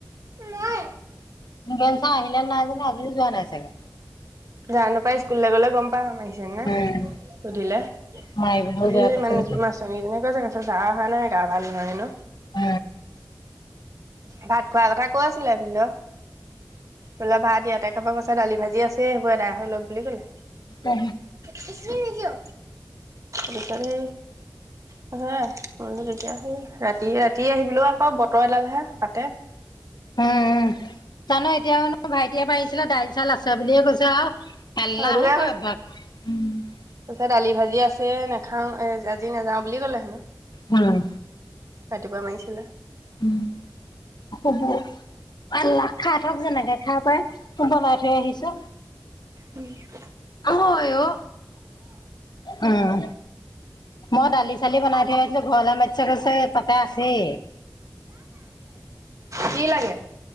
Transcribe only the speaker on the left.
মিদুল চাৰ আহিল নে নাই জানো, আজি যোৱা নাই চাগে।
উম।
মাৰিবলৈও
বেয়া
পাইছে
নেকি?
উ।
উ।
উম জানো এতিয়ানো ভাইটিয়ে পঢিছিলে <unintelligible> দাইল চাল আছে বুলিয়ে কৈছে আৰু। এলাহো
কবা উম। <unintelligible>
উম।
উম। শুব আ্ল <unintelligible> খাই থক যেনেকে খাই পাৰে বনাই। সেই আহিছে।
হয় অ। উম। মই দালি- চালি বনাই থৈ আহিছিলো। ঘৰলৈ মাতিছে। কৈছে তাতে আছেই।